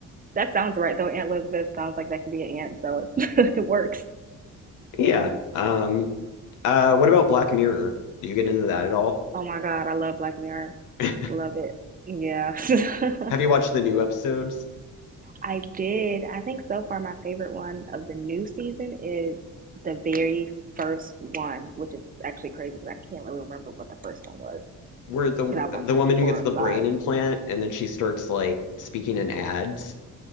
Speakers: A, on the right; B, on the left.
A: That sounds right though. Aunt Elizabeth sounds like that could be an aunt, so it, <laughs> it works.
B: Yeah. Um, uh, what about Black Mirror? Do you get into that at all?
A: Oh my God, I love Black Mirror.
B: <laughs>
A: Love it. Yeah. <laughs>
B: Have you watched the new episodes
A: I did. I think so far my favorite one of the new season is the very first one, which is actually crazy because I can't really remember what the first one was.
B: where the
A: and I watched
B: the
A: like
B: woman who
A: four
B: gets
A: or
B: the brain
A: five.
B: implant and then she starts like speaking in ads?